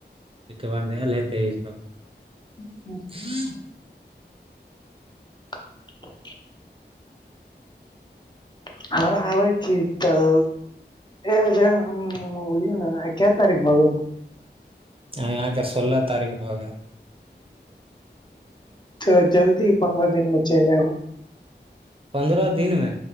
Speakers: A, on the right; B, on the left.
A: ओके बाद आयल हेतै ईसभ
B: <unintelligible>
A: <inaudible>
B: <inaudible> <inaudible> हम आबै छी तऽ <inaudible>
A: आए अहाँके सोलह तारीख भऽ गेल
B: तऽ जल्दी पन्द्रह दिन में चैल आब हम
A: पन्द्रह दिनमे